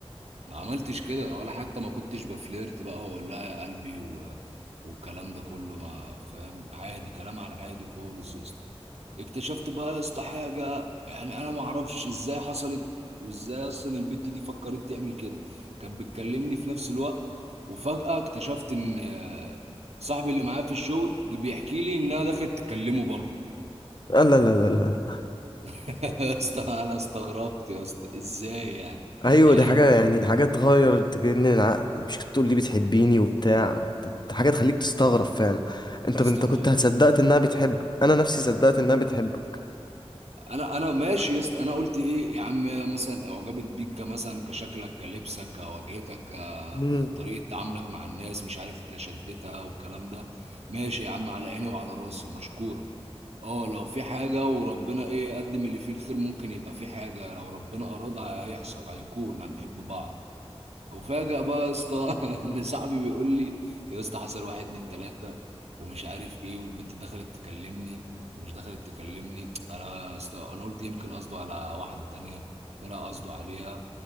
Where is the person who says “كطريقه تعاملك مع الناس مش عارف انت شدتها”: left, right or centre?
Right